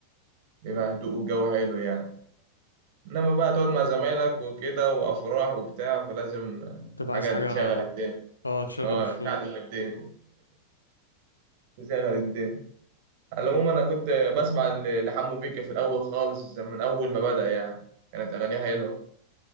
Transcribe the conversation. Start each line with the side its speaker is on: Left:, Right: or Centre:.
Right: بيبقى هدوء والجو حلو يعني إنما بقى تقعد مع زمايلك وكده وأفراح وبتاع فلازم
Left: تبقى
Right: حاجة
Left: عايز حاجه
Right: تشغل الدنيا
Left: اه تشغل
Right: اه
Left: الشو
Right: تشغل الدنيا تشغل الدنيا على العموم أنا كنت بسمع ل- لحمو بيكا في الأول خالص من أول ما بدأ يعني كانت أغانيه حلوة